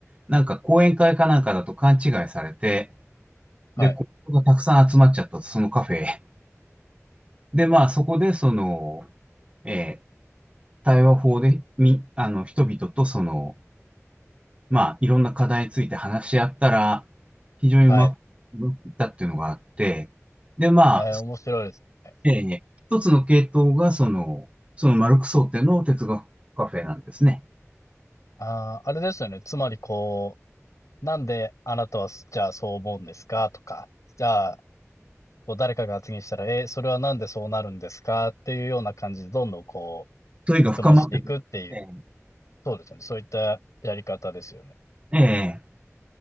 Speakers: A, on the right; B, on the left.
A: なんか講演会かなんかだと勘違いされて、
B: はい、
A: で、ここがたくさん集まっちゃったと、そのカフェへ。で、まあ、そこでその、えー対話法で、み、あの、人々とその、まあ、いろんな課題について話し合ったら、非常にうまく
B: はい。
A: いったっていうのがあって、で、まあ、
B: えー、面白いですね。
A: ええ一つの系統が、その、そのマルクス想定の哲学カフェなんですね。
B: ああ、あれですよね。つまりこう、なんであなたはすじゃあそう思うんですかとか、じゃあ、こう誰かが発言したら、え、それはなんでそうなるんですかっていうような感じで、どんどんこう、
A: 問いが深まってくる。
B: 質問していくっていう、
A: え
B: そうですよね。そういったやり方ですよね。
A: えええ